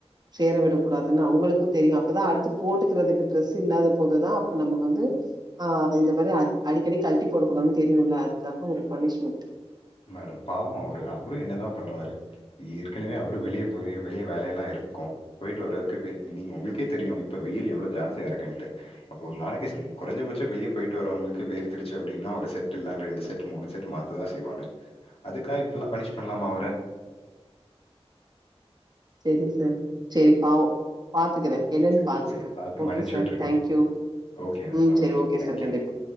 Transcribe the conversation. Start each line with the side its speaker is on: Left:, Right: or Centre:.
Right: சேர விடக் கூடாதுன்னு அவங்களுக்கு தெரியு அப்பதா அடுத்து போட்டுக்கறதுக்கு டிரெஸ் இல்லாத போதுதா அப்ப நம்ம வந்து ஆ இந்த மாரி அ அடிக்கடி கல்ட்டி போடக்கூடாதுனு தெரியுல்ல அதுக்காக ஒரு பனிஷ்மெண்ட்.
Left: மேடம் பாவோ அவரு. அவரு என்னதா பண்ணுவாரு? ஏற்கனவே அவரு வெளிய எப்டியு வெளிய வேல எல்லா இருக்கு. போயிட்டு வர்றதுக்கு எப்டி நீங்க உங்களுக்கே தெரியு இப்போ வெயில் எவ்ளோ ஜாஸ்தியா இருக்குன்ட்டு. அப்போ ஒரு நாளைக்கி ச குறைஞ்சபட்சோ வெளிய போயிட்டு வரவங்களுக்கு வேர்த்திருச்சு அப்டின்னா ஒரு செட் இல்ல ரெண்டு செட் மூணு செட் மாத்ததா செய்வாங்க. அதுக்காக இப்டிலா பனிஷ் பண்ணலாமா அவர?
Right: செரி சார் செரி பாவோ பா த்துக்கறே என்னன்னு
Left: சரி,
Right: பாத்துக்கறே
Left: சரி. பார்த்து
Right: ஓகே
Left: மன்னிச்சு
Right: சார்
Left: விட்டுருங்க.
Right: Thank you
Left: okay ma'am.
Right: ம் சரி ஓகே
Left: தேங்க்
Right: சார் கண்டிப்பா.
Left: யூ.